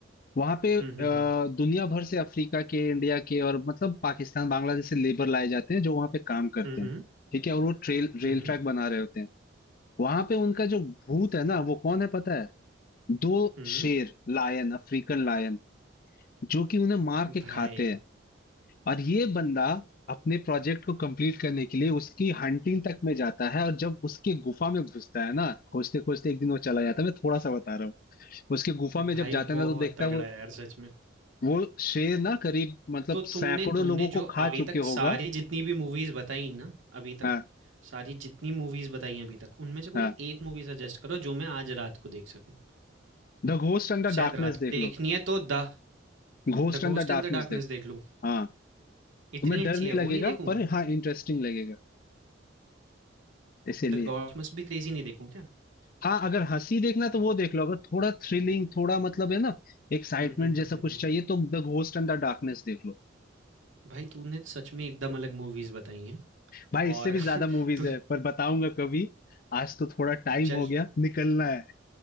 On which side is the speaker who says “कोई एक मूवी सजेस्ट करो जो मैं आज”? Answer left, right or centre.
Right